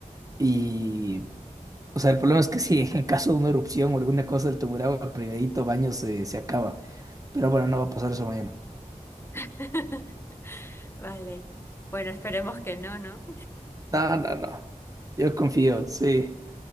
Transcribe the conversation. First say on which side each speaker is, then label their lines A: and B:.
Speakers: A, on the right (about 25°); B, on the left (about 20°).
A: Y, o sea, el problema es que si en caso de una erupción o alguna cosa del Tungurahua, el primerito baño se, se acaba. Pero bueno, no va a pasar eso mañana.
B: <laughs> Vale. Bueno, esperemos que no, ¿no?
A: No, no, no. Yo confío, sí.